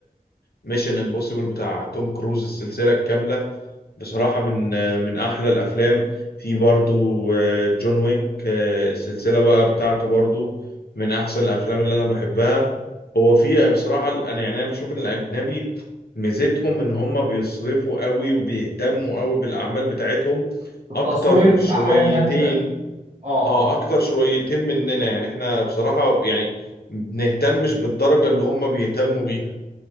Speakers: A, on the left; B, on the right.
A: ميشن امبوسيبل بتاع توم كروز السلسله الكامله بصراحة من من أحلى الأفلام في برضو آه، جون ويك آه، السلسلة بقى بتاعته برضو من أحسن الأفلام اللي أنا بحبها هو في بصراحة أنا يعني أنا بشوف إن الأجنبي ميزتهم إن هم بيصرفوا قوي وبيهتموا قوي بالأعمال بتاعتهم
B: التصوير
A: أكتر
B: بيبقى
A: شويتين
B: حاجه جامده اه
A: أه
B: اه
A: أكتر شويتين مننا يعني إحنا بصراحة يعني بنهتمش بالدرجة اللي هم بيهتموا بيها